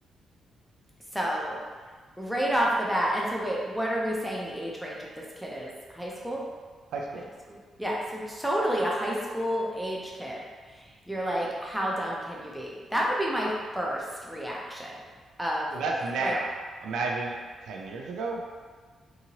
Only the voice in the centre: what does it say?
So, right off the bat, and so wait, what are we saying the age range of this kid is? High school?
Middle school? Yeah, so totally a high school age kid. You're like, how dumb can you be? That would be my first reaction of
like,